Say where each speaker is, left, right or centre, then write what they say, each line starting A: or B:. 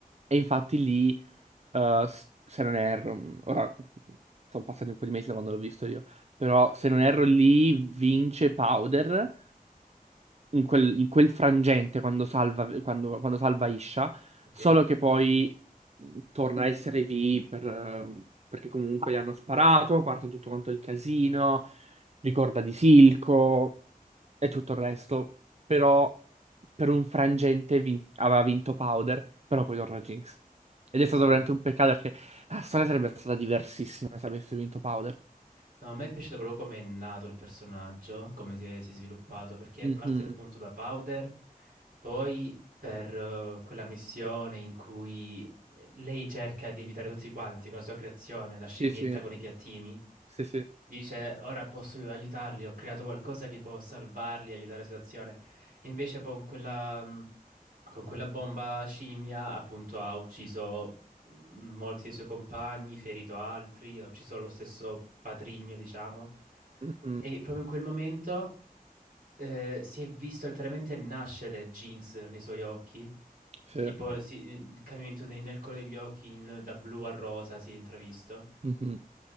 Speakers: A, on the right; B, on the right.
A: E infatti lì, eh, s- se non erro, mh, ora sono passati un po' di mesi da quando l'ho visto io, però se non erro lì vince Powder in quel, in quel frangente quando salva, quando, quando salva Isha,
B: ok?
A: solo che poi mhmm, torna a essere V per, eh, perché comunque gli hanno sparato, parte tutto quanto il casino, ricorda di Silco e tutto il resto, però per un frangente vin- aveva vinto Powder, però poi torna Jinx. Ed è
B: Sì,
A: stato veramente un peccato perché la storia sarebbe stata diversissima se avesse vinto Powder.
B: No, a me è piaciuto proprio come è nato il personaggio, come si è, si è sviluppato, perché
A: Mhm.
B: parte appunto da Powder, poi per eh, quella missione in cui lei cerca di aiutare tutti quanti con la sua creazione, la scimmietta
A: Sì, sì,
B: con i piattini,
A: sì, sì.
B: dice ora posso aiutarli, ho creato qualcosa che può salvarli, aiutare la situazione. E invece poi con quella, mm, con quella bomba scimmia appunto ha ucciso mh, molti dei suoi compagni, ferito altri, ha ucciso lo stesso patrigno, diciamo.
A: Mhm.
B: E proprio in quel momento eh, si è visto letteralmente nascere Jinx nei suoi occhi.
A: Sì.
B: Tipo si- il cambiamento nei- nel colore degli occhi in- da blu a rosa si è intravisto.
A: Mhm.